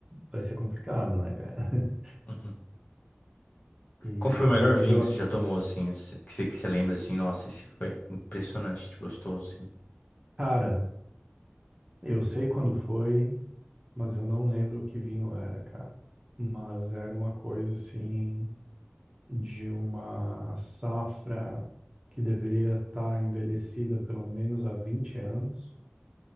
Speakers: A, on the right; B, on the left.
A: vai ser complicado, né, cara? <laughs>
B: Uhum.
A: E,
B: Qual foi o melhor
A: mas
B: vinho
A: eu,
B: que você já tomou, assim, esse- que você, que você lembra, assim, nossa, esse foi impressionante, gostoso,
A: cara, eu sei quando foi, mas eu não lembro que vinho era, cara. Mas era uma coisa assim de uma safra que deveria estar envelhecida pelo menos há 20 anos.